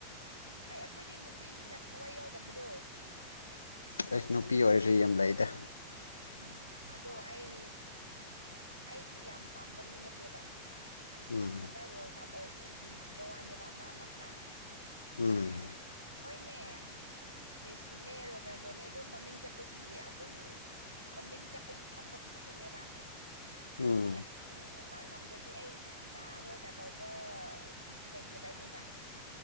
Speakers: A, on the right (about 85°); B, on the left (about 80°).
A: ꯍꯥꯏ ꯑꯩꯈꯣꯏꯗꯤ ꯅꯨꯄꯤꯅꯤꯅ ꯊꯋꯥꯏ ꯌꯥꯎꯗꯕꯗꯣ
B: ꯑꯩꯁ ꯅꯨꯄꯤ ꯑꯣꯏꯔꯁꯤ ꯌꯥꯝ ꯂꯩꯗ
A: ꯎꯝ ꯑꯗꯣ ꯑꯩ ꯑꯩꯗꯤ ꯌꯥꯝ ꯄꯥꯝꯕ ꯃꯤ ꯅꯠꯇꯦꯕ
B: ꯎꯝ
A: ꯍꯟꯗꯛ ꯋꯥꯔꯜ ꯀꯞ ꯑꯣꯏꯕꯒꯤ ꯌꯦꯡꯕꯤꯕ ꯋꯥꯅꯦꯕ ꯃꯔꯛ ꯃꯔꯛꯇ
B: ꯎꯝ
A: ꯍꯣꯏꯅꯦ ꯃꯦꯁꯤꯅꯦ ꯔꯣꯅꯥꯜꯗꯣꯅꯦ ꯑꯗꯨꯝ ꯃꯃꯤꯡ ꯆꯠꯄꯒꯤ ꯑꯗꯨꯝ ꯃꯃꯤꯡ ꯆꯠꯄꯒꯤ ꯈꯪꯕ ꯈꯛꯇꯅꯦꯕ ꯍꯥꯏꯗꯤ ꯑꯩ
B: ꯎꯝ
A: ꯑꯁꯤꯅꯦ ꯃꯥ ꯉꯝꯗꯗꯤ ꯑꯩ ꯆꯥꯔꯣꯏ ꯀꯥ‌ ꯇꯧꯕ ꯗꯨꯗꯤ ꯂꯩꯇꯦꯕ ꯑꯩꯉꯣꯟꯗ